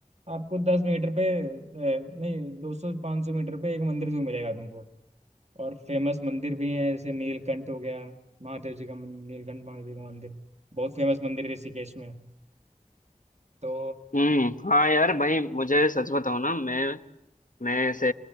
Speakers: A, on the right; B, on the left.
A: आपको दस मीटर पे ए, नहीं दो सौ पाँच सौ मीटर पे एक मंदिर जरूर मिलेगा तुमको और फेमस मंदिर भी हैं जैसे नीलकंठ हो गया महादेव जी का मन- नीलकंठ महादेव का मंदिर बहुत फेमस मंदिर है ऋषिकेश में तो
B: हम्म हाँ यार भाई मुझे सच बताओ ना मैं मैं ऐसे